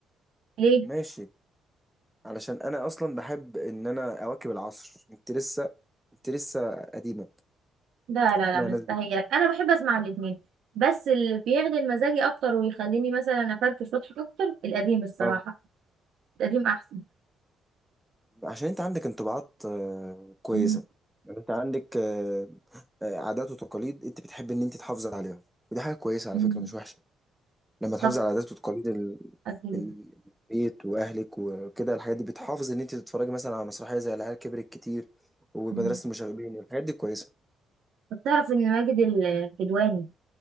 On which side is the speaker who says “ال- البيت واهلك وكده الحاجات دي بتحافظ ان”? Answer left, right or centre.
Centre